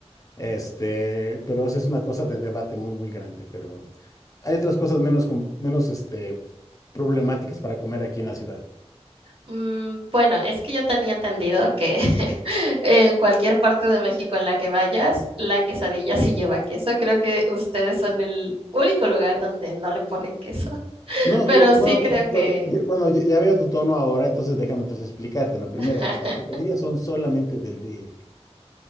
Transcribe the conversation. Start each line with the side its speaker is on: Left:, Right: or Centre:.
Left: Este, pero esa es una cosa de debate muy, muy grande, pero hay otras cosas menos, com- menos, este, problemáticas para comer aquí en la ciudad.
Right: Mm, bueno, es que yo tenía entendido que <laughs> en cualquier parte de México en la que vayas, la quesadilla sí lleva queso. Creo que ustedes son el único lugar donde no le ponen queso. <laughs>
Left: No, de-
Right: Pero sí
Left: bueno,
Right: creo que...
Left: bueno, de- bueno, ya ya veo tu tono ahora, entonces déjame entonces explicarte, ¿no? Primero,
Right: <laughs>
Left: las quesadillas son solamente del DF.